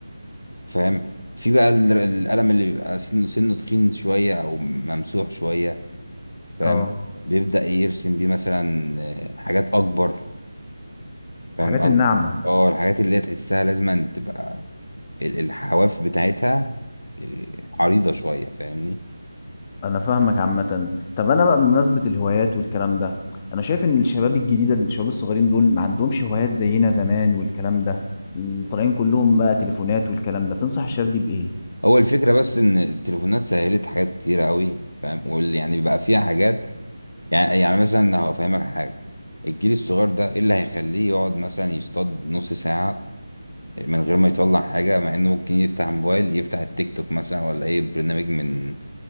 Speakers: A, on the left; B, on the left.
A: فاهم في بقى ال- القلم اللي بيبقى سنه سنه تخين شوية أو ممسوح شوية فاهم
B: اه
A: بيبدأ يرسم بيه مثلا آه، حاجات أكبر فاهم
B: الحاجات
A: أكبر
B: الناعمه
A: اه الحاجات اللي هي تحسها لازم تبقى ال- الحواف بتاعتها آه، عريضة شوية فاهمني
B: انا فاهمك عامه طب انا بقى بمناسبه الهوايات والكلام ده انا شايف ان الشباب الجديده الشباب الصغيرين دول ما عندهمش هوايات زينا زمان والكلام ده طالعين كلهم بقى تليفونات والكلام ده تنصح الشباب دي بايه
A: هو الفكرة بس إن التليفونات سهلت حاجات كتيرة أوي فاهم واللي يعني بقى فيها حاجات يعني يعني مثلا هفهمك حاجة الجيل الصغير ده إيه اللي هيخليه يقعد مثلا يصطاد نص ساعة من غير ما يطلع حاجة مع إنه ممكن يفتح موبايل يفتح التيك توك مثلا ولا أي برنامج من